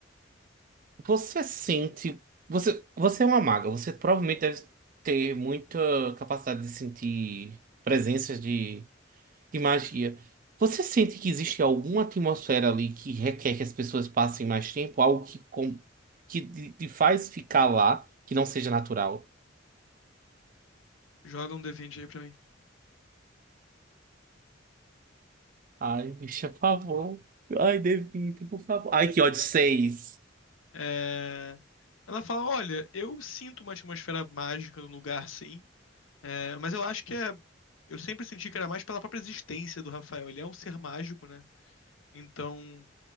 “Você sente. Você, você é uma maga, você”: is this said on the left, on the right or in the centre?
Right